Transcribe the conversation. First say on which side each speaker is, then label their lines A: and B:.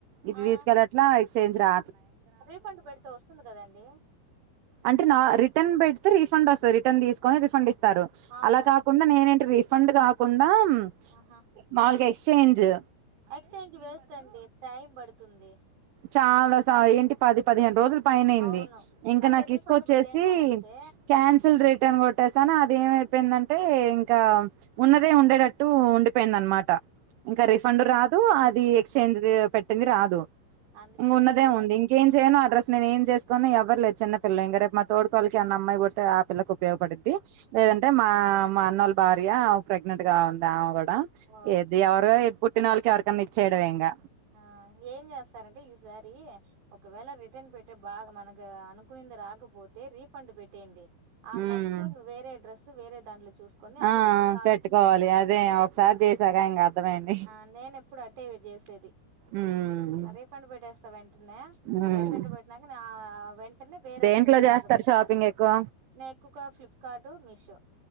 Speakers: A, on the right (about 80°); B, on the right (about 65°).
A: ఇది
B: ఆ!
A: తీసుకెళ అట్లా చేంజ్ రా
B: రీఫండ్ పెడితే వస్తుంది కదండి
A: అంటే నా రిటర్న్ పెడితే రిఫండ్ వస్తుంది రిటర్న్ తీసుకొని రిఫండ్ ఇ స్తారు
B: అవును.
A: అలా కాకుండా నేన్ ఎంట్రీ ఫండ్ కాకుం ఆమ్
B: ఆహా!
A: మాల్గయ్ సెంజు
B: ఎక్స్చేంజ్ వేస్ట్ అండి టై పడుతుంది
A: చాలా స ఏంటి పది పదిహేను రోజులు పైనైంది
B: అవును
A: ఇంకా
B: అదే
A: నాకు
B: రీఫండ్
A: తీసుకొచ్చేసి
B: పెట్టేసినారంటే
A: క్యాన్సిల్ రిటర్న్ కొట్టేసానా అదే ఏ ఇంకా ఉన్నత దే ఉండేటట్టు ఉండిపోయిందనమాట ఇంకా
B: ఆహా
A: రిఫండ్ రాదు అ ది ఎక్స్చేంజ్ ది పెట్టింది రాదు
B: అందుకే
A: ఇంగున్నదే
B: నేనే
A: ఉంది ఇంకేం చేయను డ్రస్ నేను ఏం చేసుకోని ఎవర్ లేర్ చిన్న పిల్ల ఇంగ రేపు మా తోడ్కోడాలికి అన్న అమ్మాయి పుడితే అప్ పిల్లకు ఉపయోగపడిద్ది లేదంటే మా మా అన్నోళ్ల భార్య ప్రెగ్నెంట్ గా ఉంది ఆమె కూడా
B: ఓకే
A: ఎది ఎవరో
B: ఓకే
A: ఇ పుట్టి నోల్లకి ఎవరికి మీర్చేయడమే ఇంగ
B: ఆ ఏం చేస్తారంటే ఈసారి ఒకవేళ రిటర్న్ పెట్టి బాగ మనకి అనుకునింది రాకపోతే రీఫండ్ పెట్టేయండి ఆ
A: ఉమ్
B: నెక్స్ట్ నువేరే డ్రెస్ వేరే దాంట్లో చూసుకొని అప్పుడు
A: ఆ
B: మనకు కావాల్సిిన
A: పెట్టుకోవాలి
B: పెట్టేయవాలి
A: అదే ఒకసారి చేసాక ఇంక అర్థమైంది
B: ఆ నేనెప్పుడు అట్టే చేసేది
A: ఉమ్
B: ఆ రీఫండ్ పెట్టేస్త వెంట్ స <inaudible>
A: ఉమ్
B: రీఫండ్ పెట్టినాక వెంటనే వేరే
A: దేంట్లో
B: ఒక డ్రెస్
A: చేస్తారు
B: ఆర్డర్ పెట్టుకునేస్త
A: షాపింగ్ ఎక్కువ
B: నేను ఎక్కువగా ఫ్లిప్కార్టు మీషో